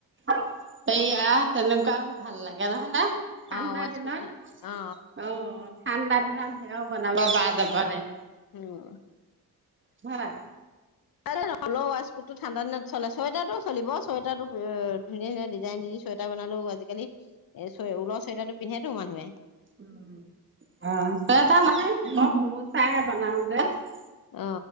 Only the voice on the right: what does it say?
সেইয়া তেনেকুৱাও ভাল লাগে নহয়নে? ঠাণ্ডা
দিনত,
অ'। ঠাণ্ডাত সেও বনাব বা <unintelligible> <unintelligible>
হয়।
উম, অ' চুৱেটাৰ নাই <unintelligible> চাইহে বনাও। <unintelligible>